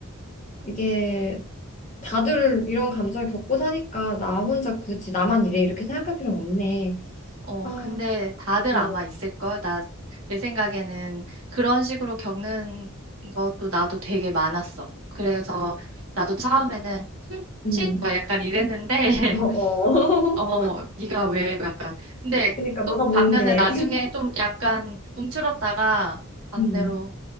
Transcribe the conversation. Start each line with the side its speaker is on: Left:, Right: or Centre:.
Left: 이게 다들 이런 감정을 겪고 사니까 나 혼자 굳이 나만 이래 이렇게 생각할 필요는 없네.
Right: 어,
Left: 아,
Right: 근데 다들
Left: 어,
Right: 아마 있을걸? 나, 내 생각에는 그런 식으로 겪는 것도 나도 되게 많았어. 그래서 나도 처음에는
Left: 음.
Right: 신? 막 약간 이랬는데, <laughs>
Left: 어, 어.
Right: 어, 네가 왜 약간. 근데
Left: <laughs> 그러니까 너가
Right: 또
Left: 뭔데?
Right: 반면에 나중에
Left: <laughs>
Right: 좀 약간 움츠렀다가 반대로,
Left: 음,